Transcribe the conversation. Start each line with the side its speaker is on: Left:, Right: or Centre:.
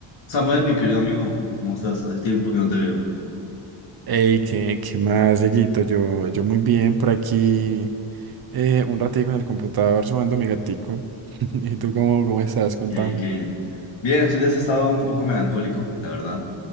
Left: Samuel, mi querido amigo, ¿cómo estás? Hace tiempo que no te veo.
Right: Hey, ¿qué, qué más, Dieguito? Yo, yo muy bien por aquí, eh, un ratico en el computador sumando mi gatico. <laughs> ¿Y tú cómo, cómo estás? Contame.
Left: Qué bien, qué bien. Bien, estos días he estado un poco melancólico, la verdad, un